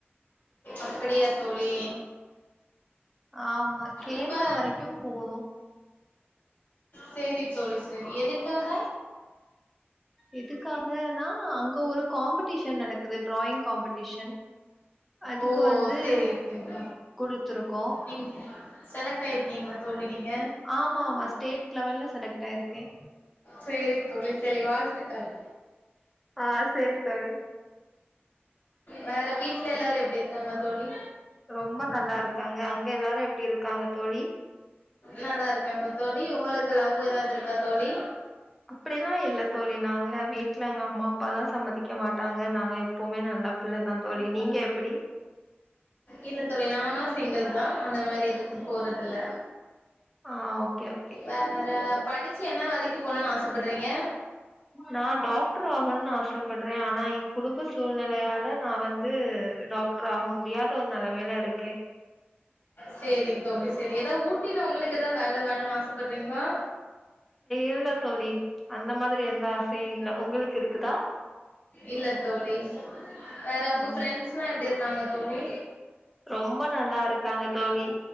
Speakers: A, on the left; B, in the centre.
A: அப்படியா தோழி
B: ஆமா கேரளா
A: இப்ப
B: வரைக்கு போணு
A: சேரி தோழி சேரி எதுக்காக
B: எதுக்காகனா அங்க ஒரு காம்படிஷன் நடக்குது டிராயிங் காம்படிஷன் அதுக்கு
A: ஓ
B: வந்து
A: சேரி தோழி
B: குடுத்துருக்கோ
A: நீங் செலக்ட் ஆயிருக்கீங்ளா தோழி நீங்க
B: ஆமாமா ஸ்டேட் லெவல்ல செலக்ட் ஆயிருக்கே
A: சேரி தோழி சேலி வாழ்த்துக்கள்
B: ஆ செரி தோழி
A: வேற வீட்ல எல்லாரு எப்டி இருக்காங்க தோழி
B: ரொம்ப நல்லா இருக்காங்க அங்க எல்லாரு எப்டி இருக்காங்க தோழி
A: நல்லா இருக்காங்க தோழி உங்களுக்கு லவ் எதாது இருக்கா தோழி
B: அப்டி எல்லா இல்ல தோழி நாங்க வீட்ல எங்க அம்மா அப்பாலா சம்மதிக்க மாட்டாங்க நாங்க எப்வுமே நல்ல புள்ள தா தோழி நீங்க எப்படி
A: இல்லதோழி நானு சிங்கில் தா அந்த மாரி எதுக்கும் போறதில்ல
B: ஆ ஓகே ஓகே
A: வேற படிச்சு என்ன வேலைக்கு போணுன் ஆசப்படுறீங்க
B: நா டாக்டர் ஆகணுன் ஆசப்பட்றே ஆனா எ குடும்ப சூழ்நிலையால நா வந்து டாக்ட்ரு ஆக முடியாத ஒரு நெலைமில இருக்கே
A: சேரி தோழி சேரி எதா ஊட்டில உங்களுக்கு எதா வேல வேணுன் ஆசப்பட்றீங்ளா
B: இல்ல தோழி அந்த மாத்ரி எந்த ஆசையு இல்ல உங்களுக்கு இருக்குதா
A: இல்ல தோழி வேற உங்க
B: ம்
A: ஃப்ரெண்ட்ஸ்லா எப்டி இருக்காங்க தோழி
B: ரொம்ப நல்லாருக்காங்க தோழி